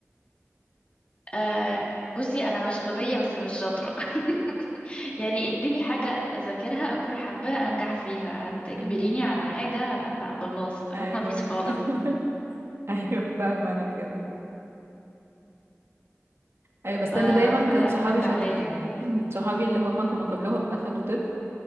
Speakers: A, on the left; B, on the right.
A: آه بصي انا مش غبية بس مش شاطرة <laughs> يعني اديني حاجة اذاكرها اكون حباها انجح فيها هتجبريني
B: أيوة
A: على حاجة لا بلاص
B: أيوة
A: <laughs> مفيش خالص
B: لا <laughs> أيوة فاهمة أنا كده ايوه بس
A: ف...
B: انا دايما
A: فلا
B: كان صحابي
A: من ده
B: شاطرين
A: على ده يعني
B: <clears throat> صحابي اللي هم هم كلهم دخلوا طب